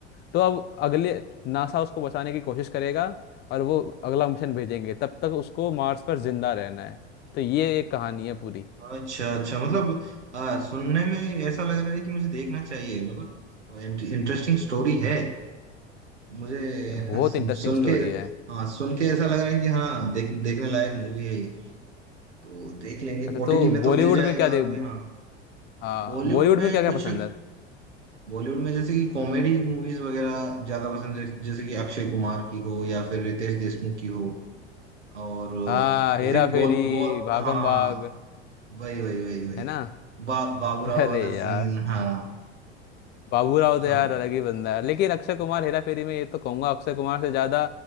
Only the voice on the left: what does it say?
तो अब अगले नासा उसको बचाने की कोशिश करेगा और वो अगला मिशन भेजेंगे तब तक उसको मार्स पर जिंदा रहना है तो ये एक कहानी है पूरी
बहुत
इंटरेस्टिंग
स्टोरी
है
अच्छा तो
बॉलीवुड
में क्या देख
आ,
बॉलीवुड
में क्या क्या
पसंद है
हाँ हेरा
फेरी
भागम
भाग
है ना
<laughs> अरे
यार
बाबूराव तो
यार अलग ही बंदा है लेकिन अक्षय कुमार हेरा फेरी में ये तो कहूंगा अक्षय कुमार से ज्यादा